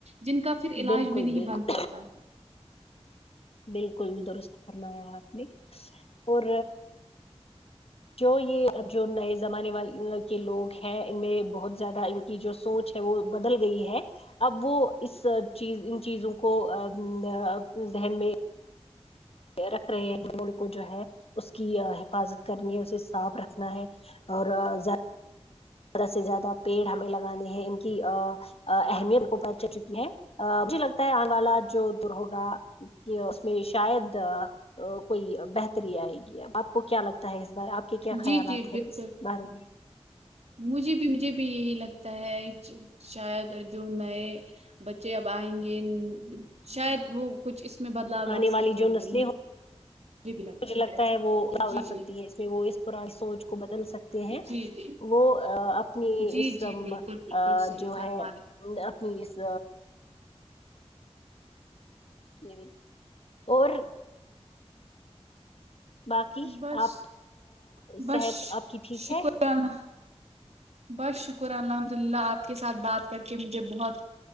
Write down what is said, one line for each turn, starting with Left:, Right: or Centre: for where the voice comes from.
Right: جن کا پھر علاج
Left: بالکل
Right: بھی نہیں
Left: بالکل
Right: بن پاتا ہے
Left: بالکل درست فرمایا آپ نے اور جو یہ اب جو نئے زمانے والے کے لوگ ہیں ان میں بہت زیادہ ان کی جو سوچ ہے وہ بدل گئی ہے اب وہ اس چیز ان چیزوں کو ا ذہن میں رکھ رہے ہیں جو ملک کو جو ہے اس کی حفاظت کرنی ہے اسے صاف رکھنا ہے اور زا طرح سے زیادہ پیڑ ہمیں لگانے ہیں ان کی اہمیت کو بچ چکی ہے مجھے لگتا ہے آگال جو در ہوگا کہ اس میں شاید کوئی بہتری آئے گی اب آپ کو کیا لگتا ہے اس بار آپ کہ کیا
Right: جی
Left: خیالات
Right: جی بالکل
Left: ہے اس بارے میں
Right: مجھے بھی مجھے بھی یہی لگتا ہے شاید جو نئے بچے اب آئیں گے شاید وہ کچھ اس میں بدلاؤ
Left: آنے
Right: لا
Left: والی
Right: سکیں
Left: جو نسلیں
Right: گے مجھے
Left: ہو
Right: بھی
Left: مجھے لگتا
Right: ایسا۔
Left: ہے وہ
Right: جی جی
Left: سکتی ہے اس میں وہ اس پرانی سوچ کو بدل سکتے ہیں
Right: جی جی
Left: وہ اپنی
Right: جی
Left: اس
Right: جی
Left: ام
Right: بالکل بالکل صحیح
Left: جو
Right: فرما
Left: ہے
Right: رہے ہیں آپ۔
Left: اپنی اس جی جی اور باقی
Right: بس
Left: آپ
Right: بس
Left: صحت آپ کی ٹھیک
Right: شکر
Left: ہے
Right: اللہ بس شکر الحمد للہ آپ کے ساتھ بات کر کے مجھے بہت